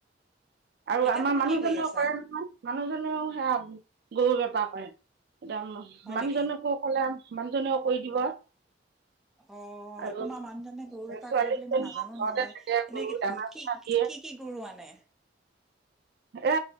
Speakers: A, on the right; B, in the centre.
A: আৰু
B: এতিয়া
A: আমাৰ
B: তুমি
A: মানুহজনেও
B: কি কৰি আছা
A: কৰে নহয়, মানুহজনেও সেয়া গৰু বেপাৰ হয়। এতিয়া
B: হয়
A: মানুহজনকো
B: নেকি
A: কলে মানুহজনেও কৰি দিব।
B: অ
A: আৰু
B: তোমাৰ মানুহজনে গৰু বেপাৰ
A: ছোৱালীজনীও
B: কৰে বুলি মই নাজানো
A: ঘৰতে
B: নহয়
A: থাকে
B: এনে
A: গৰু দানা
B: কি
A: চানা দিয়ে,
B: কি কি গৰু আনে
A: এ